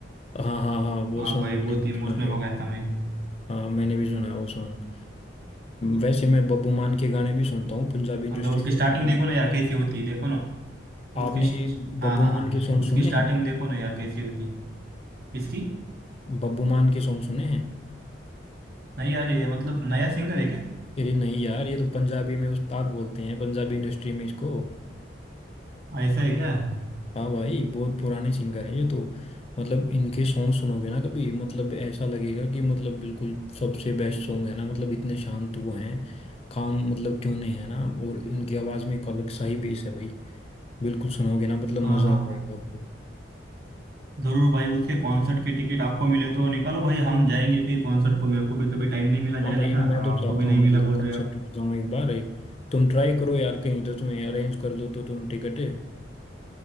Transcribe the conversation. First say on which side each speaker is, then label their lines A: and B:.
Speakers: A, on the left; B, on the right.
A: हाँ हाँ हाँ वो
B: हाँ
A: सॉन्ग
B: भाई
A: मैंने
B: बहुत
A: भी
B: इमोशनल
A: सुना है भाई
B: हो गया था मैं
A: हाँ मैंने भी सुना है वो सॉन्ग वैसे मैं बब्बू मान के गाने भी सुनता हूँ पंजाबी इंडस्ट्री
B: मतलब उसकी
A: से
B: स्टार्टिंग
A: आप,
B: देखो ना यार कैसी होती है देखो ना
A: आपने
B: उसकी हाँ
A: बब्बू
B: हाँ हाँ
A: मान के सॉन्ग
B: उसकी
A: सुने
B: स्टार्टिंग
A: हैं
B: देखो ना यार कैसी होती इसकी
A: बब्बू मान के सॉन्ग सुने हैं
B: नहीं यार ये मतलब नया सिंगर है क्या
A: अरे नहीं यार ये तो पंजाबी में उस्ताद बोलते हैं पंजाबी इंडस्ट्री में इसको
B: ऐसा है क्या
A: हाँ भाई बहुत पुराने सिंगर हैं ये तो मतलब इनके सॉन्ग सुनोगे ना कभी मतलब ऐसा लगेगा कि मतलब बिल्कुल सबसे बेस्ट सॉन्ग है ना मतलब इतने शांत वो हैं काम मतलब ट्यूने हैं ना और इनकी आवाज़ में एक अलग सा ही बेस है भाई बिल्कुल सुनोगे ना मतलब
B: हाँ
A: मज़ा
B: हाँ
A: आ जाएगा
B: हाँ
A: आपको
B: जरूर भाई उसके कॉन्सर्ट के टिकट आपको मिले तो निकालो भाई हम जाएंगे फिर कॉन्सर्ट को मेरे को भी कभी टाइम नहीं मिला
A: हाँ
B: जाने
A: भाई
B: का
A: मैं
B: और
A: तो
B: आपको
A: चाहता
B: भी नहीं
A: हूँ मतलब
B: मिला बोल
A: कंसर्ट
B: रहे आप
A: में जाऊँ एक बार है तुम ट्राई करो यार कहीं तो तुम्हें अरेंज कर दो तो तुम टिकट